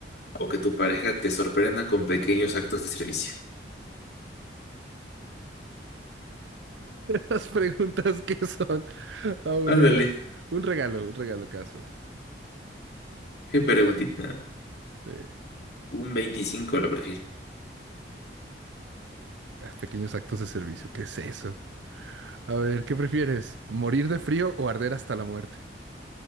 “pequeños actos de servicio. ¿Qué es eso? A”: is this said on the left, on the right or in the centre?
Right